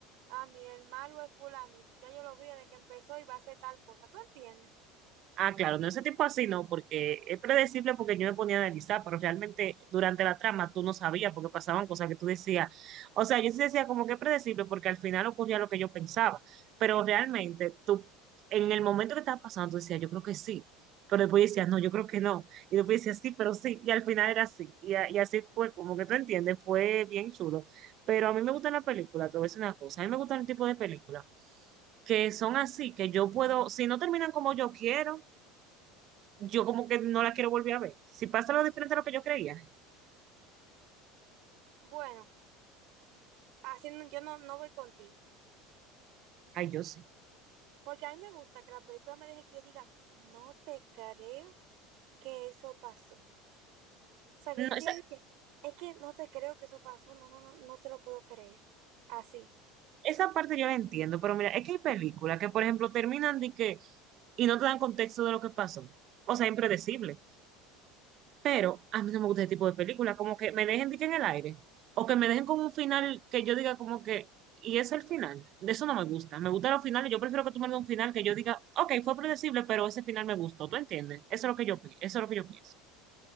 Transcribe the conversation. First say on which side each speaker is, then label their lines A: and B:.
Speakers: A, on the right; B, on the right.
A: Ah, mi hermano es fulanito. Ya yo lo vi desde que empezó y va a hacer tal cosa. ¿Tú entiendes?
B: Ah, claro, no ese tipo así no, porque es predecible porque yo me ponía a analizar, pero realmente durante la trama tú no sabías porque pasaban cosas que tú decías. O sea, yo sí decía como que es predecible porque al final ocurría lo que yo pensaba, pero realmente tú, en el momento que estaba pasando, tú decías, yo creo que sí, pero después decías, no, yo creo que no, y después decías, sí, pero sí, y al final era así, y, a- y así fue, como que tú entiendes, fue bien chulo. Pero a mí me gustan las películas, te voy a decir una cosa, a mí me gustan el tipo de películas que son así, que yo puedo, si no terminan como yo quiero, yo como que no la quiero volver a ver. Si pasa lo diferente a lo que yo creía,
A: Bueno, así no- yo no, no voy contigo.
B: ay, yo sí.
A: Porque a mí me gusta que la película me deje que yo diga, no te creo que eso pasó. O sea,
B: No,
A: que yo
B: esa,
A: te diga que, es que no te creo que eso pasó. No, no, no, no te lo puedo creer. Así.
B: esa parte yo la entiendo, pero mira, es que hay películas que, por ejemplo, terminan de que y no te dan contexto de lo que pasó. O sea, impredecible. Pero a mí no me gusta ese tipo de películas, como que me dejen de que en el aire. O que me dejen con un final que yo diga como que, y es el final. De eso no me gusta. Me gustan los finales. Yo prefiero que tú me des un final que yo diga, ok, fue predecible, pero ese final me gustó. ¿Tú entiendes? Eso es lo que yo, pi- eso es lo que yo pienso.